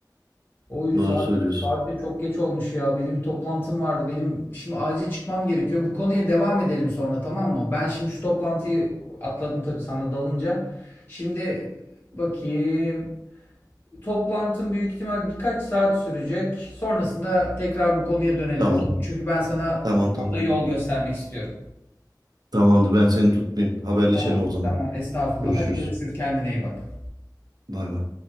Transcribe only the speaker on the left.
Oy
saat
Aynen. saat de çok geç olmuş ya. Benim bir toplantım vardı. Benim şimdi acil çıkmam gerekiyor. Bu konuya devam edelim sonra tamam mı? Ben şimdi şu toplantıyı atladım tabii sana dalınca. Şimdi bakayım. Toplantım büyük ihtimal birkaç saat sürecek. Sonrasında tekrar bu konuya dönelim
olur mu? Çünkü ben sana
bu
konuda yol göstermek istiyorum.
Tamam.
Tamam. Estağfurullah.
Hadi görüşürüz. Kendine iyi bak.